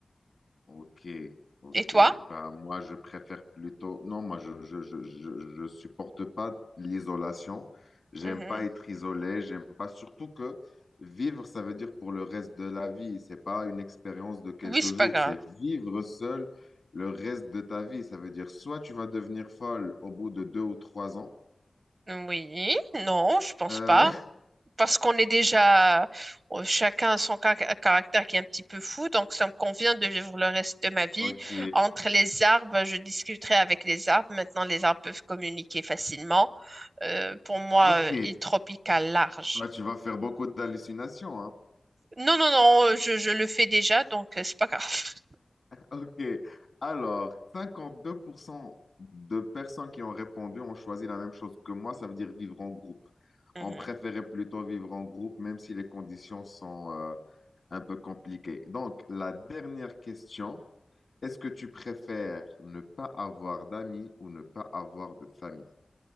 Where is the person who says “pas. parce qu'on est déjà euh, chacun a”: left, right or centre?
Right